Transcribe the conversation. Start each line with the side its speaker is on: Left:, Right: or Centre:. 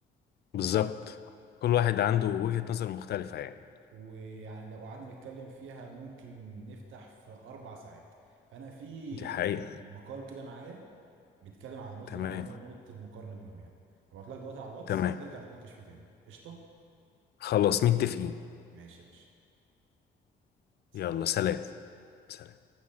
Right: خلاص
Left: بالظبط كل واحد عنده وجهة نظر مختلفة يعني
Right: ويعني لو قعدنا نتكلم فيها ممكن نفتح في اربع ساعات فانا في
Left: دي حقيقة
Right: مقال كده معايا بيتكلم عن النقطه
Left: تمام
Right: دي وعن نق- نقطه المقارنه بينهم يعني هبعت لك دلوقتي على الواتس
Left: تمام
Right: نرجع نتناقش فيه تاني قشطه
Left: خلاص متفقين
Right: ماشي يا باشا سلام.
Left: يلا سلام سلام